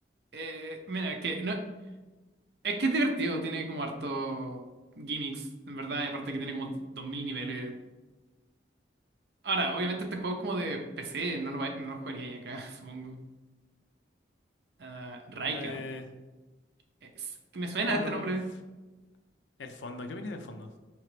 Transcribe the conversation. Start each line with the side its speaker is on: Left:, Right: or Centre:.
Right: Eh, mira, que no, es que es divertido, tiene como harto gimmicks, en verdad, y aparte que tiene como 2000 niveles. Ahora, obviamente este juego es como de PC, no lo, va- no lo jugaría ahí acá, <laughs> supongo. Ah, Raikar.
Left: Eh,
Right: Es- que me suena
Left: otro,
Right: este nombre.
Left: uf, el fondo. ¿Qué opinas del fondo?